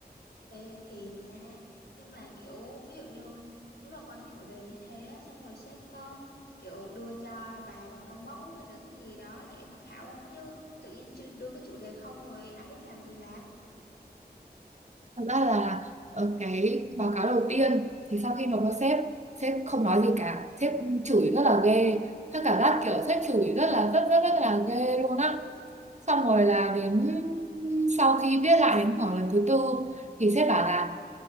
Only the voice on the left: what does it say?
Ê, kỳ nha nhưng mà kiểu ví dụ như nếu mà quăng chủ đề như thế á, xong rồi sếp có kiểu đưa cho bài và câu mẫu hay là cái gì đó để tham khảo không chứ tự nhiên chưa đưa cái chủ đề không rồi ai biết làm gì làm